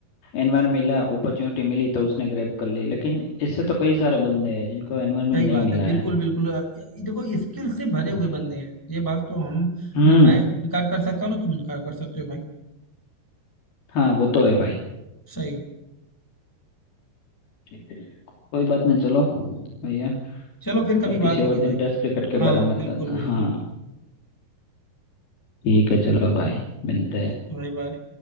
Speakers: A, on the left; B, in the centre.
A: एनवायरमेंट मिला अपॉर्चुनिटी मिली तो उसने ग्रैब कर ली लेकिन इससे तो कई सारे बंदे हैं जिनको एनवायरमेंट
B: सही
A: नहीं
B: बात
A: मिला
B: है बिल्कुल
A: है
B: बिल्कुल अ, ये देखो स्किल से भरे
A: हम्म,
B: हुए बंदे हैं ये बात तो हम
A: हम्म
B: न मैं इनकार कर सकता हूँ ना तुम इनकार कर सकते हो भाई
A: हाँ वो तो है भाई
B: सही
A: कोई बात नहीं चलो भैया
B: चलो फिर कभी
A: अब
B: बात
A: किसी
B: होगी
A: और दिन
B: भाई
A: टेस्ट क्रिकेट के
B: हाँ
A: बारे में बात
B: बिल्कुल
A: करना
B: बिल्कुल
A: हाँ ठीक है चलो भाई मिलते हैं
B: ओके भाई बाय